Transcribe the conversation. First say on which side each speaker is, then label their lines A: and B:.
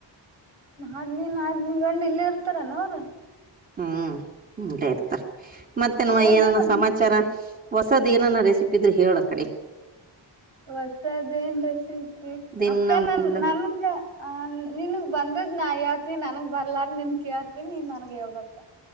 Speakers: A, on the right; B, on the right.
A: <unintelligible>
B: ಹ್ಮ್ ಇರ್ತಾರ ಮತ್ತೆ ನವ
A: ಹೋಗಲ್ಲನ
B: ಏನನು ಸಮಾಚಾರ <unintelligible> ಹೊಸದ್ ಏನನ್ನ ರೆಸಿಪಿದ್ರೆ ಹೇಳ ಕಡೆ
A: ಹೊಸದೇನ್ ರೆಸಕ್ಿ
B: ದಿನ
A: ಅಕ್ಕ ನನ್
B: ಉಂಡ
A: ನಮಗ ಆ ನಿನ್ಗ್ ಬಂದದ್ ನಾ ಹೇಳ್ತನಿ ನನ್ಗ್ ಬರ್ಲಾರ ನಿನ್ ಕೇಳ್ತೀನಿ ನನ್ಗ್ ಹೇಳ್ಬೇಕಕ್